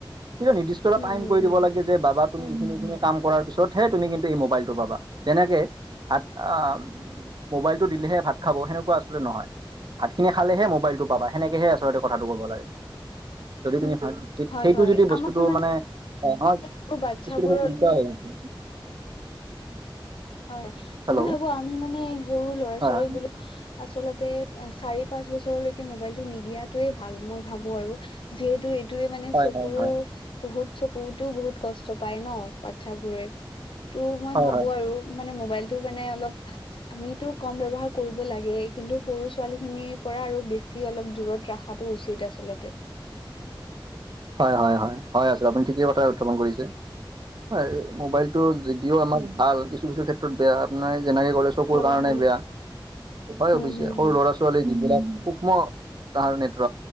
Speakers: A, on the right; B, on the left.
A: কিন্তু নিৰ্দিষ্ট
B: উম
A: টাইম
B: হম
A: কৰি
B: উম
A: দিব লাগে যে বাবা তুমি এইখিনি খিনি কাম কৰাৰ পিছতহে তুমি কিন্তু এই মোবাইলটো পাবা যেনেকে ভাত আ, মোবাইলটো দিলেহে ভাত খাব সেনেকুৱা আচলতে নহয় ভাত খিনি খালেহে মোবাইলটো পাবা সেনেকেহে আচলতে কথাটো কব লাগে যদি তুমি ভাত সেই
B: হয়
A: সেইটো
B: হয়
A: যদি বস্তুটো
B: আমাৰ
A: মানে হয়
B: আচল বাচ্ছাবোৰৰ
A: কিছু দেখোন ওলোটা হৈ আছে।
B: হয়, হয়
A: হেল্ল'
B: মই ভাবো আমি মানে সৰু ল'ৰা
A: হয়
B: ছোৱালী বলো আচলতে চাৰি পাঁচ বছৰলৈকে মোবাইলটো নিদিয়াতোয়ে ভাল মই ভাবো আৰু। যিহেতু এই এইটোয়ে মানে
A: হয়
B: চকুৰো
A: হয় হয়
B: বহুত চকুটো বহুত কষ্ট পায় ন' বাচ্ছাবোৰে ত' মই
A: হয়
B: ভাবো
A: হয়
B: আৰু মানে মোবাইলটো মানে অলপ আমিটো কম ব্যৱহাৰ কৰিব লাগেই কিন্তু সৰু ছোৱালীখিনিৰ পৰা আৰু বেছি অলপ দূৰত ৰখাটো উচিত আচলতে।
A: হয় হয় হয় হয় আ আপুনি ঠিকেই উত্থাপন কৰিছে হয় মোবাইল টো যদিও আমাৰ ভাল কিছু কিছু ক্ষেত্ৰত বেয়া আপোনাৰ যেনেকে কলেজ চকুৰ
B: হয়
A: কাৰণে
B: হয়
A: বেয়া হয়অৱশ্যে
B: উম হম
A: সৰু
B: হম
A: ল'ৰা ছোৱালীৰ যিবিলাক সূক্ষ্ম তাহাতৰ নেত্ৰ